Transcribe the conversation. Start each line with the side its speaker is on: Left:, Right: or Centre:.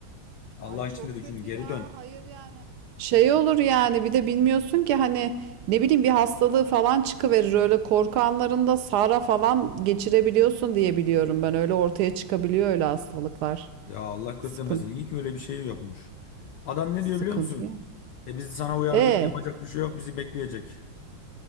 Left: Allah
Right: Ay çok
Left: için dedik
Right: kötü
Left: şunu geri
Right: ya.
Left: dön.
Right: Hayır yani. Şey olur yani bir de bilmiyorsun ki hani ne bileyim bir hastalığı falan çıkıverir. Öyle korku anlarında sara falan geçirebiliyorsun diye biliyorum ben. Öyle ortaya çıkabiliyor öyle hastalıklar.
Left: Ya Allah göstermesin.
Right: Sıkıntı,
Left: İyi ki öyle bir şey yokmuş. Adam ne
Right: sıkıntı
Left: diyor biliyor musun?
Right: yani.
Left: E biz sana uyardık.
Right: E,
Left: Yapacak bir şey yok. Bizi bekleyecek.